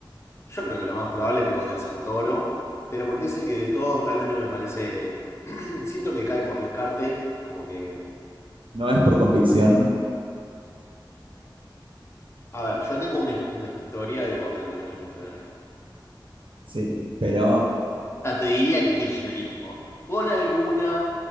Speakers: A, on the left; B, on the right.
A: yo creo que lo más probable es que vote a Santoro, pero porque es el que de todos realmente me parece, <clears throat> siento que cae por descarte, como que,
B: No es por convicción,
A: a ver, yo tengo una, his- una historia de votar al peronismo en general.
B: sí, pero
A: Esta te diría el kirchnerismo, con alguna,